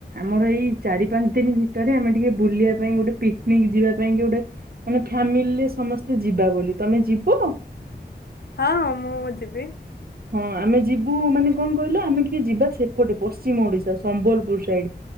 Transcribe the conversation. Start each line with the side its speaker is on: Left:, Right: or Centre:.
Right: ଆମର ଏଇ ଚାରି ପାଞ୍ଚ ଦିନ ଭିତରେ ଆମେ ଟିକେ ବୁଲିବା ପାଇଁ ଗୋଟେ ପିକନିକ ଯିବା ପାଇଁ କି ଗୋଟେ ମାନେ ଫ୍ୟାମିଲିରେ ସମସ୍ତେ ଯିବା ବୋଲି ତମେ ଯିବ?
Left: ହଁ ହଁ ମୁଁ ଯିବି।
Right: ହଁ ଆମେ ଯିବୁ ମାନେ କଣ କହିଲ ଆମେ ଟିକେ ଯିବା ସେପଟେ ପଶ୍ଚିମ ଓଡିଶା ସମ୍ବଲପୁର ସାଇଡ।